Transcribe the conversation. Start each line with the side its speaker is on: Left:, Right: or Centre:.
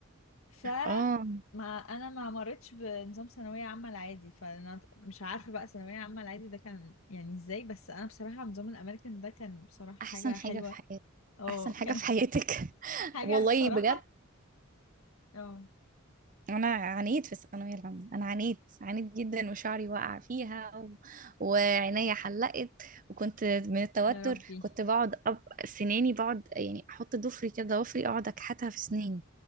Left: ف
Right: آه
Left: ما انا ما مرتش بنظام ثانويه عامه العادي فانا مش عارفه بقى ثانويه عامه العادي ده كان يعني ازاي بس انا بصراحه نظام الامريكان ده كان بصراحه
Right: أحسن
Left: حاجه
Right: حاجة
Left: حلوه
Right: في حياتك
Left: اه
Right: أحسن حاجة
Left: كان
Right: في حياتك <laughs>
Left: حاجة
Right: والله
Left: بصراحة
Right: بجد
Left: اه
Right: انا عانيت في الثانويه العامه انا عانيت عانيت جدا وشعري وقع فيها و... وعينيا حلقت وكنت من التوتر
Left: يا ربي
Right: كنت بقعد أب... سناني بقعد يعني احط ضفري كده ضفري اقعد اكحتها في سناني